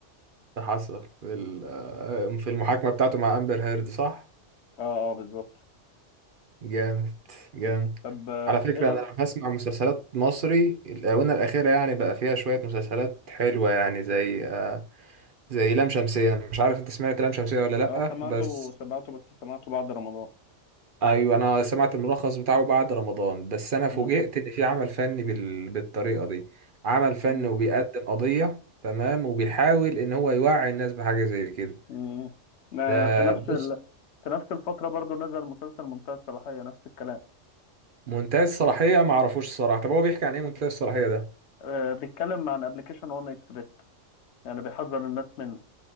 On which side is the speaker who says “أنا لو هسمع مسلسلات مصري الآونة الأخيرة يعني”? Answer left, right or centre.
Right